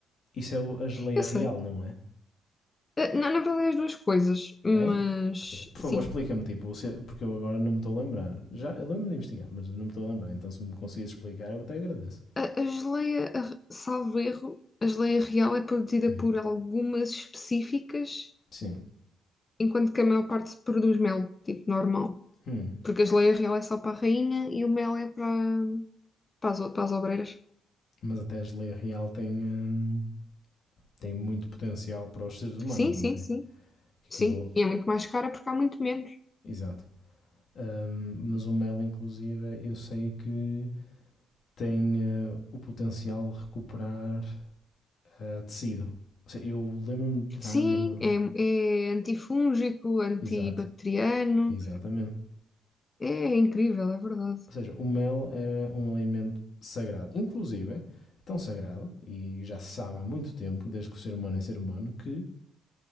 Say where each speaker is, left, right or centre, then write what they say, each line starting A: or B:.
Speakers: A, on the left; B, on the left.
A: Isso é a geleia
B: Eu sei.
A: real, não é?
B: Eh, Na, na verdade é as duas coisas, mas
A: É? Ok. Por
B: sim.
A: favor, explica-me, tipo, você- porque eu agora não me estou a lembrar. Já, eu lembro-me de investigar, mas não me estou a lembrar. Então, se me conseguires explicar, eu até agradeço.
B: A, a geleia, a- salvo erro, a geleia real é produzida
A: Hum.
B: por algumas específicas
A: Sim.
B: enquanto que a maior parte se produz mel, tipo normal.
A: Hum,
B: Porque a geleia real é só para a rainha e o mel é para, para as, o- para as obreiras.
A: Mas até a geleia real tem, hum, tem muito potencial para os seres humanos,
B: Sim, sim,
A: não tem?
B: sim.
A: Que aquilo.
B: Sim, e é muito
A: eh,
B: mais cara porque há muito menos.
A: Exato. Hum, mas o mel, inclusive, é, eu sei que tem eh, o potencial de recuperar eh, tecido. Ou seja, eu lembro-me de estar
B: Sim,
A: numa.
B: é, é antifúngico, antibacteriano.
A: Exato, exatamente.
B: É incrível, é verdade.
A: Ou seja, o mel é um alimento sagrado. Inclusive, é tão sagrado, e já se sabe há muito tempo, desde que o ser humano é ser humano, que